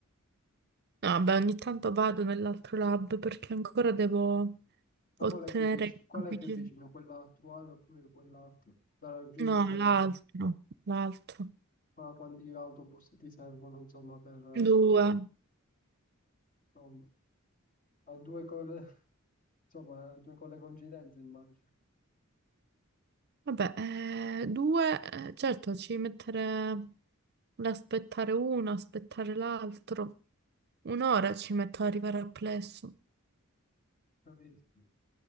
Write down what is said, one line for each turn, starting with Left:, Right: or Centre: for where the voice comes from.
Right: Vabbè, ogni tanto vado nell'altro lab perché ancora devo
Left: Ma
Right: ottenere
Left: qual è più vicino?
Right: i
Left: Qual
Right: grafici.
Left: è più vicino? Quella attuale oppure quell'altra? Da raggiungere
Right: No,
Left: qual
Right: l'altro,
Left: è-
Right: l'altro.
Left: qua- quanti autobus ti servono, insomma, per eh,
Right: Due.
Left: insomma, a due cose, <laughs> insomma, a due con le coincidenze immagino,
Right: Vabbè, eh, due, eh, certo, ci mettere l'aspettare uno, aspettare l'altro. Un'ora ci metto ad arrivare al plesso.
Left: capito?